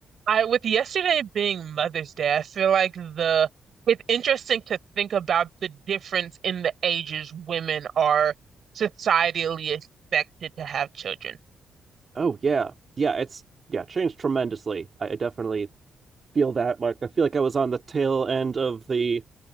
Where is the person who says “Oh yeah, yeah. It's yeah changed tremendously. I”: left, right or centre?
Right